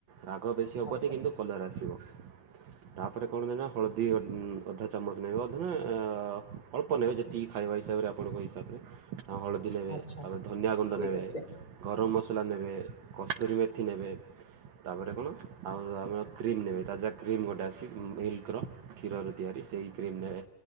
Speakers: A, on the right (about 80°); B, on the left (about 20°).
A: ରାଗ ବେଶୀ ହବନି
B: ଆଚ୍ଛା
A: କିନ୍ତୁ କଲର ଆସିବ ତାପରେ କଣ ନେବେ ନା ହଳଦୀ ଗୋ ଅଁ ଅଧା ଚାମଚ ନେବେ ଅଧେ ନେ ଅ ଅ ଅଳ୍ପ ନେବେ ଯେତିକି ଖଇବା ହିସିବ ରେ ଆପଣଙ୍କ ହିସାବରେ ଅଁ ହଳଦୀ ନେବେ
B: ଆଚ୍ଛା
A: ତା ପରେ ଧନିଆଗୁଣ୍ଡ
B: ଠିକ
A: ନେବେ
B: ଅଛି
A: ଗରମ ମସଲା ମସଲା ନେବେ କସ୍ତୁରୀ ମେଥି ନେବେ ତାପରେ କଣ ଆଉ ଆମର କ୍ରିମ୍ ନେବେ ତା ଯା କ୍ରିମ୍ ଗୋଟେ ଆସିଛି ମିଲ୍କର କ୍ଷୀରରୁ ତିଆରି। ସେଇ କ୍ରିମ୍ ନେବେ